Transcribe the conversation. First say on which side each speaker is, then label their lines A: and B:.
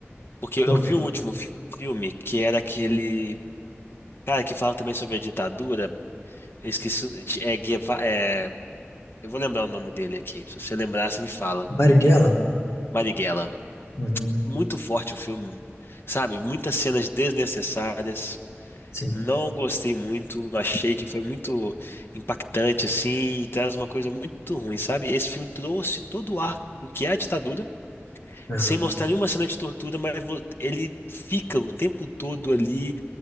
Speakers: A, on the left (about 55°); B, on the left (about 85°).
A: Porque eu
B: por
A: vi
B: quê?
A: o último fi- filme, que era aquele. Cara, que falava também sobre a ditadura. Eu esqueci. o- É, Gueva- é, eu vou lembrar o nome dele aqui. Se você lembrar, você me fala.
B: Marighella?
A: Marighella.
B: Uhum,
A: Muito forte o filme. Sabe? Muitas cenas desnecessárias.
B: sim,
A: Não gostei muito. Achei que foi muito impactante, assim. E traz uma coisa muito ruim, sabe? Esse filme trouxe todo o ar do que é a ditadura,
B: aham.
A: sem mostrar nenhuma cena de tortura, mas vo- ele fica o tempo todo ali.